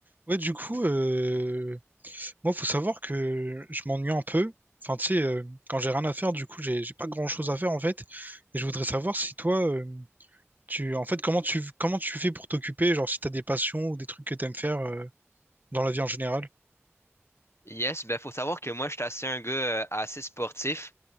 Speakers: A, on the right; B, on the left.
A: Ouais, du coup, euh, moi, faut savoir que je m'ennuie un peu. Enfin, tu sais, euh, quand j'ai rien à faire, du coup, j'ai j'ai pas grand-chose à faire en fait. Et je voudrais savoir si toi, euh, tu, en fait, comment tu, comment tu fais pour t'occuper, genre si t'as des passions ou des trucs que t'aimes faire euh, dans la vie en général.
B: Yes, ben faut savoir que moi, je suis assez un gars euh, assez sportif.